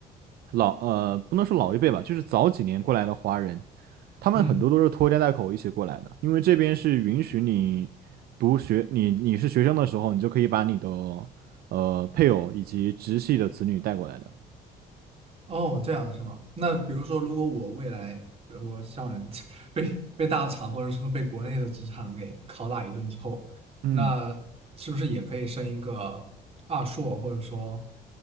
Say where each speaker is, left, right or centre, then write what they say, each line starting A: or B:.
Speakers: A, on the right; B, on the right.
A: 老呃，不能说老一辈吧，就是早几年过来的华人，他们很多都是拖家带口一起过来的，
B: 嗯，
A: 因为这边是允许你读学，你你是学生的时候，你就可以把你的呃配偶以及直系的子女带过来的。
B: 哦，这样是吗？那比如说，如果我未来，比如说像人 <laughs> 被被大厂或者说被国内的职场给拷打一顿之后，
A: 嗯
B: 那是不是也可以升一个二硕？或者说，